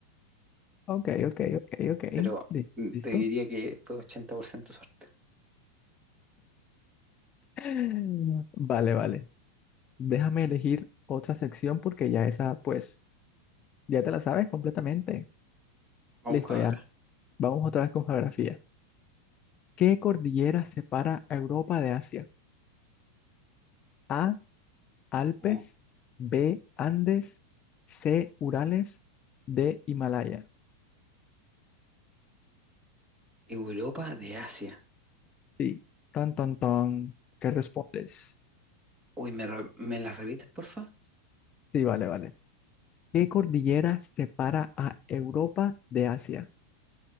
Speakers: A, on the left (about 25°); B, on the right (about 15°).
A: ok, ok, ok, ok.
B: pero
A: Li-
B: mm,
A: ¿Listo?
B: te diría que fue 80% suerte.
A: <gasps> <laughs> Vale, vale. Déjame elegir otra sección porque ya esa, pues, ya te la sabes completamente.
B: Vamos
A: Listo,
B: con otra.
A: ya. Vamos otra vez con geografía. ¿Qué cordillera separa a Europa de Asia? A, Alpes,
B: Oh,
A: B, Andes, C, Urales, D, Himalaya.
B: Europa de Asia.
A: Sí. Tan, tan, tan. ¿Qué respondes?
B: Uy, ¿me, re- me la repites, porfa?
A: Sí, vale, vale. ¿Qué cordillera separa a Europa de Asia?